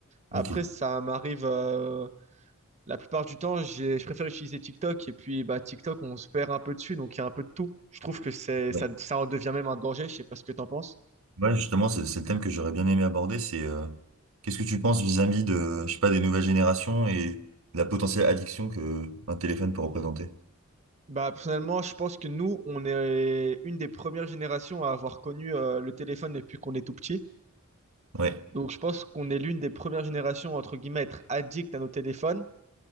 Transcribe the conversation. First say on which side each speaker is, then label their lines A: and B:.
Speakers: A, on the right; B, on the right.
A: Après,
B: Ok.
A: ça m'arrive euh, la plupart du temps, j'ai- je préfère utiliser TikTok. Et puis, bah, TikTok, on se perd un peu dessus. Donc, il y a un peu de tout. Je trouve que c'est
B: Ouais,
A: ça, ça en devient même un danger. Je sais pas ce que t'en penses.
B: Ouais, justement, c'est c'est le thème que j'aurais bien aimé aborder, c'est euh, qu'est-ce que tu penses vis-à-vis de, je sais pas, des nouvelles générations et de la potentielle addiction que un téléphone peut représenter?
A: Bah, personnellement, je pense que nous, on est une des premières générations à avoir connu euh, le téléphone depuis qu'on est tout petit.
B: Ouais,
A: Donc, je pense qu'on est l'une des premières générations, entre guillemets, à être addict à nos téléphones.